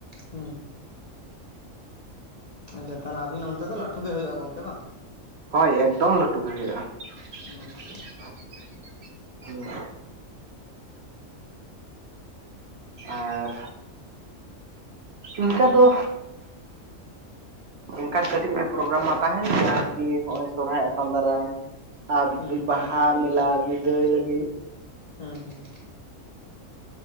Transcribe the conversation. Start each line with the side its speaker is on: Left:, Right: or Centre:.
Left: ᱦᱩᱸ, ᱟᱪᱷᱟ ᱛᱟᱦᱚᱞᱮ ᱟᱵᱤᱱ ᱚᱱᱛᱮ ᱫᱚ ᱞᱟᱴᱷᱩ ᱜᱮ ᱦᱩᱭᱩᱜᱼᱟ ᱜᱚᱝᱠᱮ ᱵᱟᱝ?
Right: ᱦᱳᱭ ᱮᱠᱫᱚᱢ ᱞᱟᱹᱴᱩ ᱜᱮ ᱦᱩᱭᱩᱜᱼᱟ
Left: ᱟᱪᱪᱷᱟ
Right: ᱾ ᱦᱩᱸ ᱾ ᱟᱨ ᱤᱱᱠᱟ ᱫᱚ ᱮᱱᱠᱟᱱ ᱠᱟᱹᱴᱤᱡ ᱯᱨᱳᱜᱮᱨᱟᱢ ᱢᱟ ᱛᱟᱦᱮᱱ ᱜᱮᱭᱟ ᱟᱨᱠᱤ ᱦᱚᱸᱜᱼᱚᱭ ᱥᱚᱨᱦᱟᱭ ᱟᱛᱟᱝ ᱫᱟᱨᱟᱢ ᱾ ᱟᱨ
Left: ᱦᱩᱸ ᱦᱩᱸ
Right: ᱵᱟᱦᱟ ᱢᱮᱞᱟ ᱵᱤᱫᱟᱹᱭ ᱞᱟᱹᱜᱤᱫ ᱾
Left: ᱦᱩᱸ ᱦᱩᱸ ᱾